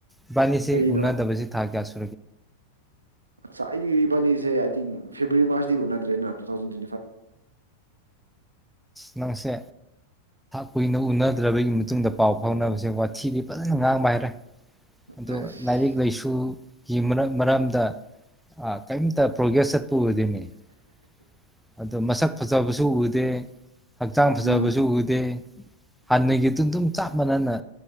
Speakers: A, in the centre; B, on the right (about 80°).
A: ꯏꯕꯅꯤꯁꯤ
B: ꯀꯩꯅꯣ
A: ꯎꯟꯗꯕ ꯊꯥ ꯀꯌꯥ ꯁꯨ
B: ꯉꯁꯥꯏ ꯑꯕꯅꯤꯁꯦ ꯏ ꯊꯤꯟꯛ <unintelligible> ꯗꯦꯕꯔ꯭ꯤ ꯃꯔꯁꯇꯤ ꯎꯅꯥꯗꯔ꯭ꯦꯗꯟ ꯇꯩ ꯊꯥꯑꯣꯁꯟꯗ <unintelligible>
A: ꯅꯡꯁꯦ ꯀꯨꯏꯟ ꯎꯅꯥꯗꯔ꯭ꯕꯩ ꯇꯨꯡꯗ ꯄꯧ ꯗꯧꯅꯕꯥꯖꯦ ꯋ꯭ꯊꯤꯗꯤ ꯐꯖꯅ ꯉꯥꯡꯕ ꯍꯩꯔꯦ ꯑꯗꯨ
B: ꯑꯁ
A: ꯂꯥꯏꯔꯤꯛ ꯂꯥꯏꯁꯨꯒꯤ ꯝ ꯃꯔꯝꯗ ꯀꯩꯟꯠ ꯄꯔꯣꯒꯔ꯭ꯦꯁ ꯆꯠ <unintelligible> ꯃꯁꯛ ꯐꯖꯕꯁꯨ ꯎꯔꯦ ꯍꯛꯆꯥꯪ ꯐꯖꯕꯥꯁꯨ
B: ꯎꯝ
A: ꯎꯗꯦ ꯍꯥꯅꯒꯤꯗꯨ ꯆꯞ ꯃꯥꯟꯅꯅ